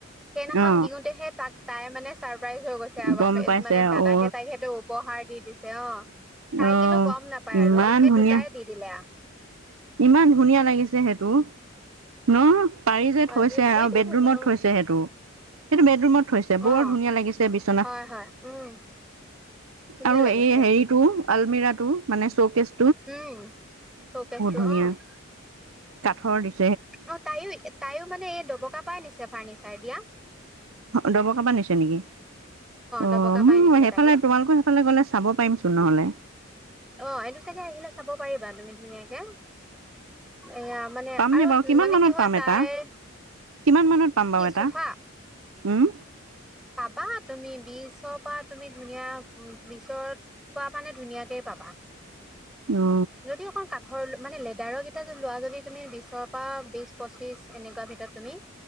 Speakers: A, in the centre; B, on the right.
A: সেইনাখন
B: অ
A: দিওঁতেহে তাক তাই মানে চাৰপ্ৰাইজ হৈ গৈছে আৰু
B: গম
A: বাপে,
B: পাইছে
A: মানে দাদাকে
B: অ
A: তাইক সেইটো উপহাৰ দি দিছে। অ' তাই
B: অ
A: কিন্তু গম ম নাপায়
B: ইমান
A: আৰু সেই
B: ধুনীয়া
A: দুটাই দি দিলে আ।
B: ইমান ধুনীয়া লাগিছে সেটো। ন' পাৰি যে,
A: হয়
B: থৈছে
A: দুই দুইটাই
B: আৰু বেডৰুমত
A: ধুনীয়া উম
B: থৈছে সেটো। সেইটো বেডৰুমত থৈছে, বৰ
A: অ
B: ধুনীয়া লাগিছে বিচ
A: হয়, হয়, উম। ধুনীয়া
B: আৰু
A: লাগিছে
B: এই হেৰিটো আলমিৰাটো, মানে চৌকেচ
A: উম, চৌকেচটো
B: ধুনীয়া
A: অ'।
B: কাঠৰ দি
A: অ', তাইয়ো-তাইয়ো মানে এই ডবকা পাই নিছে ফাৰ্ণিচাৰ দিয়া।
B: ডবকা পা, নিছে নেকি? অ',
A: দবকা
B: মো
A: পাই নিছে
B: সেইফালে,
A: তাইও
B: তোমালোকৰ সেইফালে গ'লে চাব পাৰিমচোন নহ'লে।
A: অ', এইটো চাগে আহিলে চাব পাৰি তুমি ধুনীয়াকে। এয়া মানে
B: পামনে
A: আৰু
B: বাৰু কিমান
A: মানে
B: মানত
A: কি হয়,
B: পাম
A: তাইৰ
B: এটা কিমান মানত পাম
A: কি
B: বাৰু এটা?
A: চোফা
B: উম।
A: পাবা তুমি বিচৰ পা, তুমি ধুনীয়া উম, বিচৰ‌পা মানে ধুনীয়াকে পাবা।
B: অ
A: যদি অকল কাঠৰ মানে লেডাৰৰ লোৱা যদি তুমি বিচৰ পৰা বিচ, পঁচিশ এনেকুৱা ভিতৰত তুমি